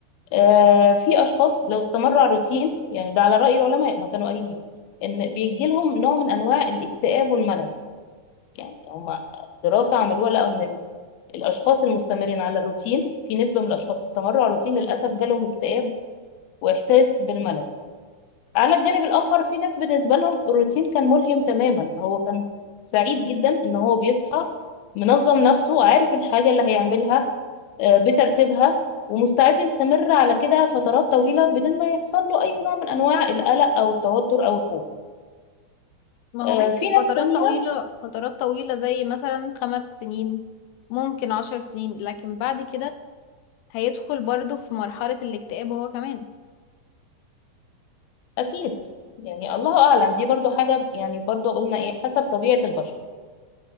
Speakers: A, on the left (about 70°); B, on the left (about 85°).
A: آه، في اشخاص لو استمروا على الروتين يعني ده على راي العلماء ما كانوا قايلين ان بيجي لهم نوع من انواع الاكتئاب والملل يعني هم دراسه عملوها لقوا ان ال- الاشخاص المستمرين على الروتين في نسبه من الاشخاص استمروا على الروتين للاسف جالهم اكتئاب واحساس بالملل على الجانب الاخر في ناس بالنسبه لهم الروتين كان ملهم تماما هو كان سعيد جدا ان هو بيصحى منظم نفسه عارف الحاجه اللي هيعملها آه، بترتيبها ومستعد يستمر على كده فترات طويلة بدون ما يحصل له أي نوع من أنواع القلق أو التوتر أو الخوف
B: ما هو
A: آه،
B: ماشي
A: في ناس
B: فترات
A: تانية
B: طويلة فترات طويلة زي مثلا خمس سنين ممكن عشر سنين لكن بعد كده هيدخل برضه في مرحلة الاكتئاب هو كمان
A: أكيد يعني الله أعلم دي برضو حاجة يعني برضو قلنا إيه حسب طبيعة البشر